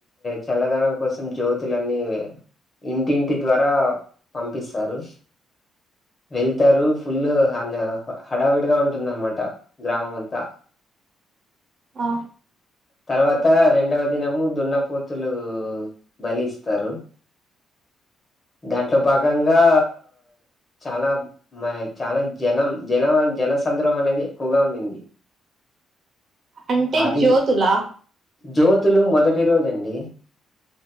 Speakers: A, on the left; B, on the right.
A: చల్లదనం కోసం జ్యోతులన్నీ ఇంటింటి ద్వారా పంపిస్తారు వెళ్తారు ఫుల్ హడావిడిగా ఉంటుందనమాట గ్రామం అంతా <inaudible>
B: ఆ
A: తర్వాత రెండవ దినము దున్నపోతులు బలి ఇస్తారు దాంట్లో భాగంగా చాలా మ చాలా జనం జనం జన సంద్రహం అనేది ఎక్కువగా ఉండింది <inaudible>
B: అంటే
A: అది
B: జ్యోతులా
A: జ్యోతులు మొదటి రోజండి